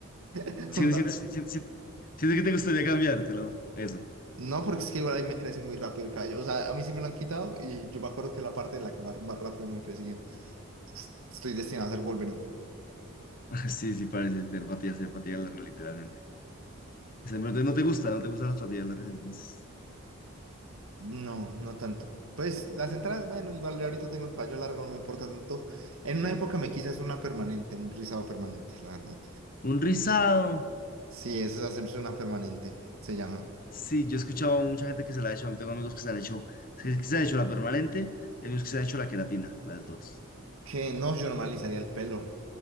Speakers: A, on the right; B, on the left.
A: <laughs>
B: Sientes,
A: un dato.
B: sientes, sientes- sientes sientes que te gustaría cambiártelo. Eso.
A: No, porque es que igual ahí me crece muy rápido el cabello. O sea, a mí sí me lo han quitado y yo me acuerdo que la parte de la que más, más rápido me crecía. Estoy destinado a ser Wolverine.
B: <laughs> Sí, sí, parece ser patillas, ser patillas largas, literalmente. O Pero entonces no te gusta, no te gustan las patillas largas, entonces.
A: No, no tanto. Pues las entradas, bueno, igual ahorita tengo el caballo largo, no me importa tanto. En una época me quise hacer una permanente, un rizado permanente, la verdad.
B: Un rizado.
A: Sí, eso es hacerse una permanente, se llama.
B: Sí, yo he escuchado a mucha gente que se la ha hecho. A mí tengo amigos que se han hecho, que se han hecho la permanente y amigos que se han hecho la queratina, las dos.
A: Que no, yo normalizaría el pelo.